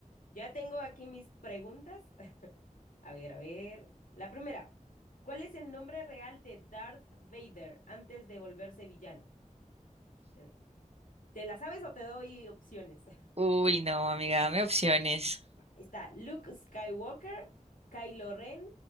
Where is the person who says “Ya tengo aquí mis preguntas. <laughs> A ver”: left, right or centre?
Left